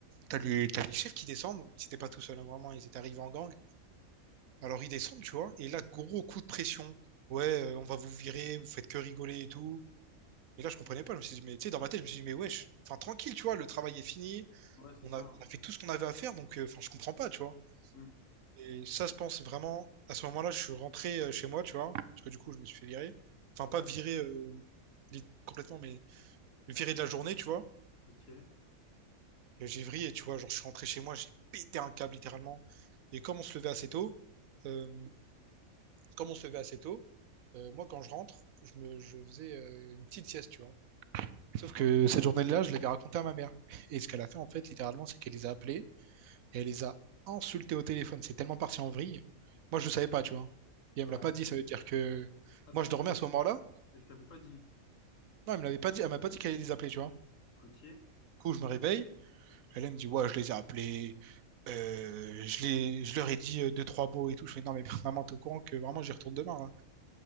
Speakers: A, on the right; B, on the left.
A: t'as les, t'as les chefs qui descendent. Ils étaient pas tout seuls, hein, vraiment. Ils étaient arrivés en gang. Alors ils descendent, tu vois. Et là, gros coup de pression. Ouais, euh, on va vous virer, vous faites que rigoler et tout. Et là, je comprenais pas. Je me suis dit, mais tu sais, dans ma tête, je me suis dit, mais wesh, enfin, tranquille, tu vois, le travail est fini.
B: Ouais, c'est
A: On
B: ça.
A: a, on a fait tout ce qu'on avait à faire, donc, euh, enfin, je comprends pas, tu vois.
B: Hmm.
A: Et ça, je pense vraiment, à ce moment-là, je suis rentré euh, chez moi, tu vois, parce que du coup, je me suis fait virer. Enfin,
B: Ouais,
A: pas virer euh, lit- complètement, mais me virer de la journée, tu vois.
B: ok.
A: Et j'ai vrillé, tu vois, genre, je suis rentré chez moi, j'ai pété un câble, littéralement. Et comme on se levait assez tôt, euh, comme on se levait assez tôt, euh, moi, quand je rentre, je me, je faisais euh, une petite sieste, tu vois. Sauf que
B: Ouais.
A: cette journée-là, je l'avais raconté à ma mère. Et ce qu'elle a fait, en fait, littéralement, c'est qu'elle les a appelés et elle les a insultés au téléphone. C'est tellement parti en vrille. Moi, je ne savais pas, tu vois. Et elle
B: Ouais.
A: me l'a pas dit, ça veut dire que
B: Attends,
A: moi,
B: du
A: je dormais
B: coup,
A: à ce moment-là.
B: elle t'avait pas dit.
A: Non, elle me l'avait pas dit, elle m'a pas dit qu'elle allait les appeler, tu vois.
B: Ok.
A: Du coup, je me réveille. Elle, elle me dit, ouais, je les ai appelés. euh, je les, je leur ai dit euh, deux, trois mots et tout. Je fais, non, mais <laughs> maman, t'es au courant que vraiment, j'y retourne demain, là.